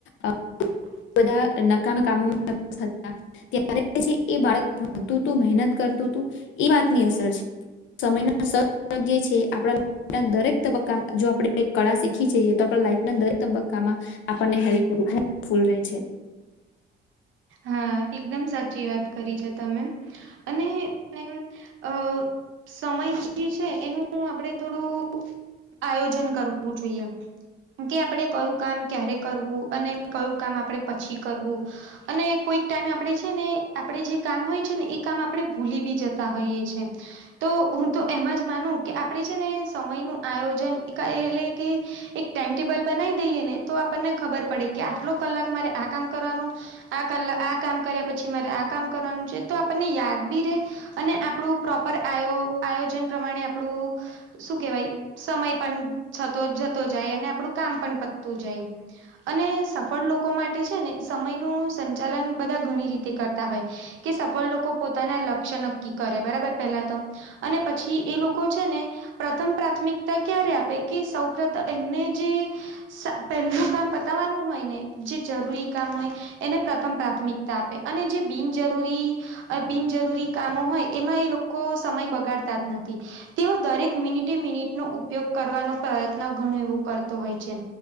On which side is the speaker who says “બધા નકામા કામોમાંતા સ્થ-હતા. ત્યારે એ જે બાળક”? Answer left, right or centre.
Left